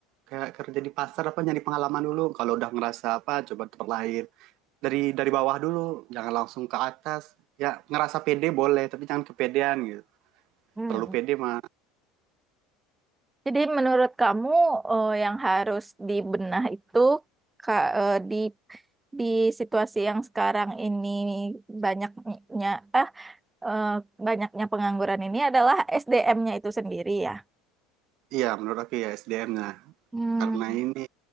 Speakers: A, on the right; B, on the right.
A: Kayak kerja di pasar apa nyari pengalaman dulu. Kalau udah ngerasa apa, coba tempat lain. Dari dari bawah dulu, jangan langsung ke atas. Ya ngerasa pede boleh, tapi jangan kepedean gitu.
B: Hmm.
A: Terlalu pede mah.
B: Jadi menurut kamu eh, yang harus dibenah itu ka- eh, di di situasi yang sekarang ini banyaknya ah eh, banyaknya pengangguran ini adalah S D m nya itu sendiri ya.
A: Iya, menurut aku ya SDM-nya.
B: Hmm.
A: Karena ini